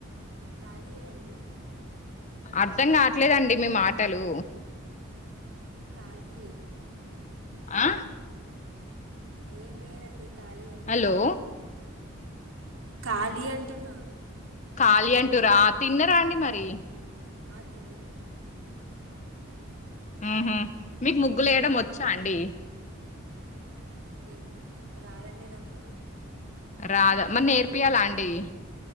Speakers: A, on the right; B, on the left.
A: ఖాళీయ అండి
B: అర్ధం కావట్లేదండి మీ మాటలు
A: కాలే
B: ఆ
A: ఏం లేదండి ఖాళీ అంటున్నా
B: హలో
A: ఖాళీ అంటున్నా
B: ఖాళీ అంటూరా తిన్నరా అండి మరి
A: మా తిన
B: ఉహ మీకు ముగ్గులుేయడం వచ్చా అండి
A: ఏం రాదండి అండి నాకు
B: రాదా మరి నేర్పియాల అండి